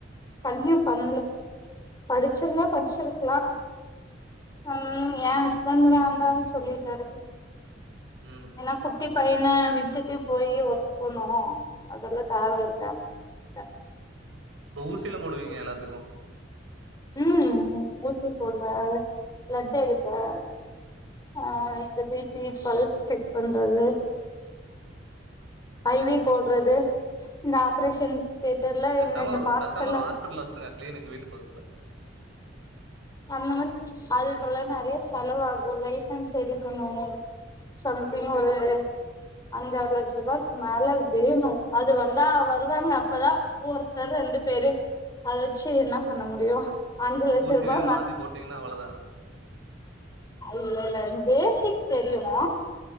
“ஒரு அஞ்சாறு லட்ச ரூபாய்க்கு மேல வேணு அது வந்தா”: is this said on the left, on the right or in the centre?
Left